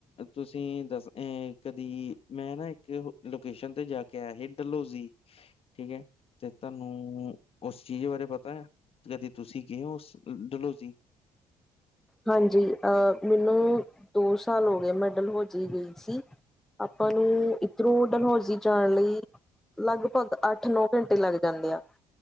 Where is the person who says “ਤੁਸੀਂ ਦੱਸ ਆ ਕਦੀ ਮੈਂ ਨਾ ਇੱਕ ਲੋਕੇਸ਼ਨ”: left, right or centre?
Left